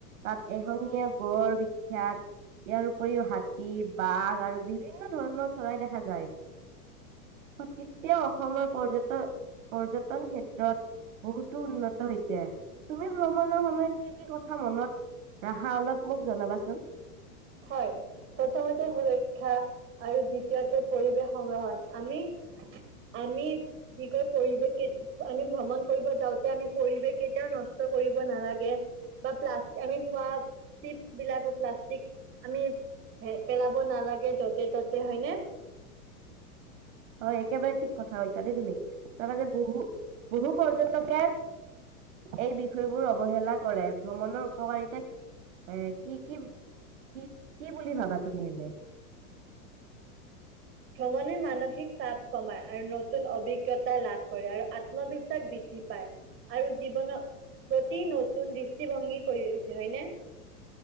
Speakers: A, on the right; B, on the right.
A: তাত এশঙীয়া গড় বিখ্যাত। ইয়াৰ উপৰিও হাতী, বাঘ আৰু বিভিন্ন ধৰণৰ চৰাই দেখা যায়। তেতিয়া অসমৰ পৰ্যটন পৰ্যটন ক্ষেত্ৰত বহুতো উন্নত হৈছে, তুমি ভ্ৰমণৰ সময়ত কি কি কথা মনত ৰাখা অলপ মোক জনাবাচোন।
B: হয়',। প্ৰথমতে সুৰক্ষা আৰু দ্বিতীয়তে পৰিৱেশ সংগ্ৰহণ আমি আমি কি কয় পৰিৱেশ আমি ভ্ৰমণ কৰিব যাওঁতে আমি পৰিৱেশ কেতিয়াও নষ্ট কৰিব নালাগে। বা প্লাষ্টিক আমি খোৱা চিপছ বিলাকো প্লাষ্টিক আমি হে পেলাব নালাগে য'তে ততে হয়নে?
A: হয় একেবাৰে ঠিক কথা কৈছা দেই তুমি তাৰ মনে বহু বহু পৰ্যটকে এই বিষয়বোৰ অৱহেলা কৰে ভ্ৰমণৰ উপকাৰিতা এ কি কি কি, কি বুলি ভাবা তুমি এনে?
B: ভ্ৰমণে মানসিক চাপ কমাই আৰু নতুন অভিজ্ঞতা লাভ কৰে, আত্মবিশ্বাস বৃদ্ধি পায়। আৰু জীৱনৰ প্ৰতি নতুন দৃষ্টিভংগী কৰি উঠে হয় নে?